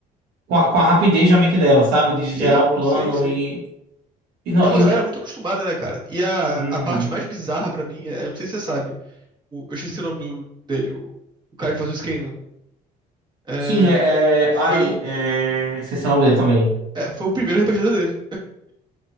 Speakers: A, on the right; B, on the right.
A: com a, com a rapidez da mente dela, sabe? De
B: Sim,
A: gerar o plano
B: sim, sim.
A: e. E não,
B: É uma
A: eu.
B: galera muito acostumada, né, cara? E a,
A: Uhum.
B: a parte mais bizarra pra mim é, eu não sei se você sabe, o- eu esqueci o nome do, dele, o, o cara que faz o Scanlan. É,
A: Sim, é, é. Ai,
B: foi o,
A: é. Esqueci o nome dele também.
B: é, foi o primeiro RPG dele.